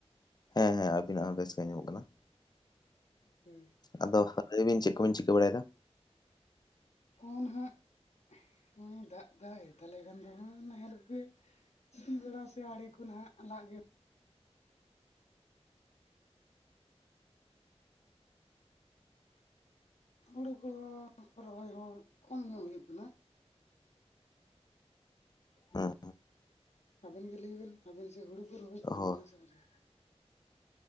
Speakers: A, on the left; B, on the left.
A: ᱦᱮᱸ, ᱦᱮᱸ, ᱟᱹᱵᱤᱱᱟᱜ ᱦᱚᱸ ᱵᱮᱥ ᱜᱮ ᱟᱸᱡᱚᱢ ᱠᱟᱱᱟ ᱾
B: ᱦᱳᱭ ᱾
A: ᱟᱫᱚ ᱦᱟᱹᱛᱟᱹᱭᱼᱵᱤᱱ ᱪᱮᱫ ᱠᱚᱵᱤᱱ ᱪᱤᱠᱟᱹ ᱵᱟᱲᱟᱭᱮᱫᱟ?
B: ᱚᱻ ᱱᱟᱦᱟᱜ ᱦᱚᱜᱼᱚᱭ ᱫᱟᱜ ᱫᱟᱭ ᱛᱟᱞᱮ ᱠᱷᱟᱱ ᱫᱚ ᱦᱟᱜ ᱱᱟᱦᱮᱞ ᱠᱚᱜᱮ ᱥᱤ ᱵᱟᱲᱟ ᱥᱮ ᱟᱲᱮ ᱠᱚ ᱱᱟᱦᱟᱜ ᱞᱟᱜ ᱜᱮ ᱦᱳᱲᱳ ᱠᱚ ᱨᱚᱦᱚᱭ ᱦᱚ ᱠᱚᱢ ᱧᱚᱜ ᱦᱩᱭᱩᱜ ᱠᱟᱱᱟ ᱾ ᱦᱩᱸ,
A: ᱦᱮᱸ
B: ᱟᱵᱮᱱ ᱜᱮ ᱞᱟᱹᱭ ᱵᱮᱱ ᱟᱵᱮᱱ ᱥᱮᱫ ᱦᱩᱲᱩ ᱠᱚ ᱨᱚᱦᱚᱭ ᱯᱩᱨᱟᱹᱣᱱᱟ
A: ᱦᱳᱭ
B: ᱥᱮ ᱟᱹᱣᱨᱤ?